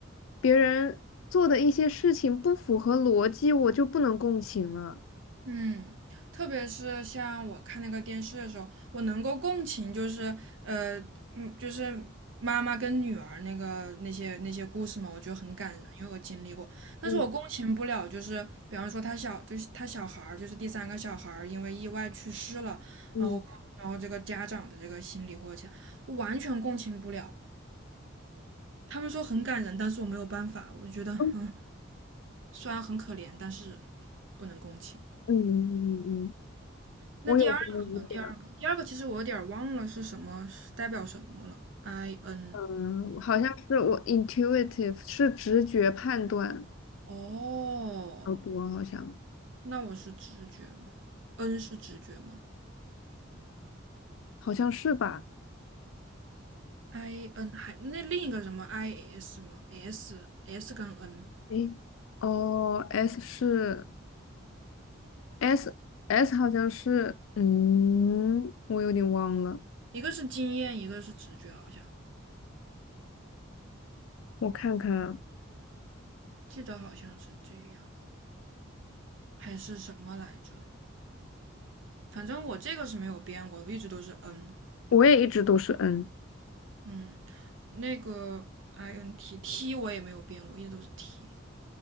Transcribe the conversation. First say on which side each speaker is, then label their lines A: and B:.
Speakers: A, on the left (about 80°); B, on the right (about 65°).
A: 别人做的一些事情不符合逻辑，我就不能共情了。
B: 嗯，特别是像我看那个电视的时候，我能够共情，就是呃，嗯，就是妈妈跟女儿那个那些那些故事嘛，我觉得很感人，因为我经历过。但是我共情不了，
A: 嗯
B: 就是比方说他小，就是他小孩儿，就是第三个小孩儿因为意外去世了，
A: 嗯
B: 然后然后这个家长的这个心理或者我完全共情不了。他们说很感人，但是我没有办法，我就觉得嗯，
A: 嗯
B: 虽然很可怜，但是不能共情。
A: 嗯嗯嗯嗯。
B: 那第二个呢？
A: 我有时候也这样，
B: 第二个，第二个其实我有点儿忘了是什么，是代表什么了。I N，
A: 嗯，好像是我 intuitive 是直觉判断
B: 哦，
A: 较多，好像
B: 那我是直觉吗？N 是直觉吗
A: 好像是吧？
B: ？I N 还那另一个什么 I S 吗？S S 跟 N，
A: 诶，哦，S 是 S S 好像是，嗯，我有点忘了，
B: 一个是经验，一个是直觉，好像
A: 我看看啊
B: 记得好像是这样，还是什么来着？反正我这个是没有变过，的，我一直都是 N。
A: 我也一直都是 N，
B: 嗯，那个 I N T T 我也没有变过，一直都是 T。